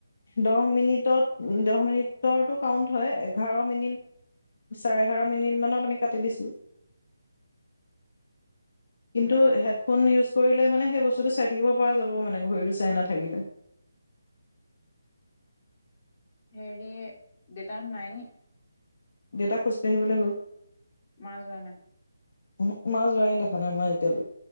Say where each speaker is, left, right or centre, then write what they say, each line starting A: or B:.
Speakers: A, on the left; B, on the left.
A: দহ মিনিটত দহ মিনিটৰ কাউন্ট হয় এঘাৰ মিনিট <unintelligible> চাৰে এঘাৰ মিনিটমানত আমি কাটি দিছো <unintelligible> কিন্তু হেডফোন ইউজ কৰিলে মানে সেই বস্তুটো চাই থাকিব পৰা যাব মানে ঘড়ীটো চাই নাথাকিলে <unintelligible> <inaudible>
B: হেৰি দেউতা নাই নি <unintelligible>
A: দেউতা খোজকাঢ়িবলৈ গ'ল <unintelligible>
B: মা যোৱা নাই <unintelligible>
A: ওহো মা যোৱা দেখা নাই মই এতিয়ালৈ <unintelligible>